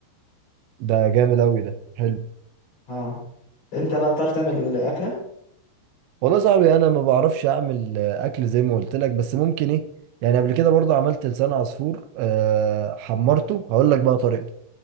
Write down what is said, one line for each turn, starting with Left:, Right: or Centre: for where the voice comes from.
Right: ده جامد اوي ده حلو
Left: اه انت بقى بتعرف تعمل اكلة
Right: والله يا صاحبي انا ما بعرفش اعمل آه، اكل زي ما قلت لك بس ممكن ايه يعني قبل كده برضه عملت لسان عصفور أه حمرته هقول لك بقى طريقته